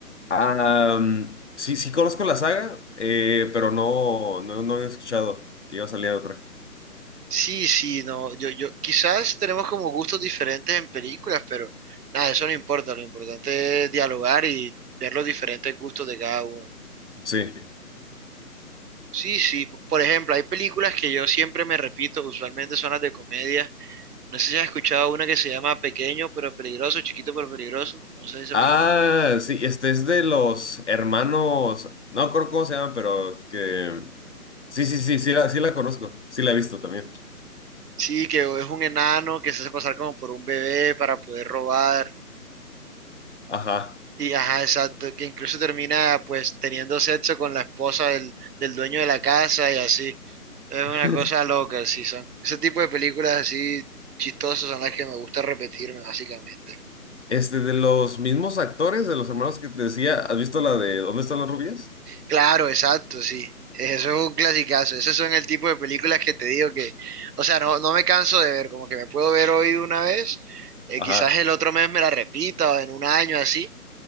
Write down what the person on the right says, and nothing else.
Sí, sí, no, yo, yo, quizás tenemos como gustos diferentes en películas, pero nada, eso no importa, lo importante es dialogar y ver los diferentes gustos de cada uno.
Sí, sí, por ejemplo, hay películas que yo siempre me repito, usualmente son las de comedia. No sé si has escuchado una que se llama Pequeño pero peligroso, Chiquito pero peligroso, no sé si sepas
cuál es.
Sí, que es un enano que se hace pasar como por un bebé para poder robar.
Y ajá, exacto, que incluso termina pues teniendo sexo con la esposa del, del dueño de la casa y así. Es una
cosa loca, sí, son. Ese tipo de películas así chistosas son las que me gusta repetirme, básicamente.
Claro, exacto, sí. Eso es un clasicazo. Esos son el tipo de películas que te digo que, o sea, no, no me canso de ver, como que me puedo ver hoy una vez, eh,
quizás el otro mes me la repita o en un año así.